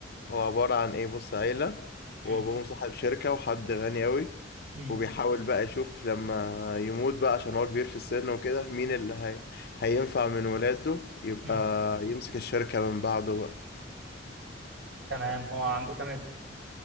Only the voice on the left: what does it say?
هو عبارة عن ايه بص عيلة
وابوهم صاحب شركة وحد غني قوي
وبيحاول بقى يشوف لما يموت بقى عشان هو كبير في السن وكده مين اللي هي... هينفع من ولاده يبقى
يمسك الشركة من بعده بقى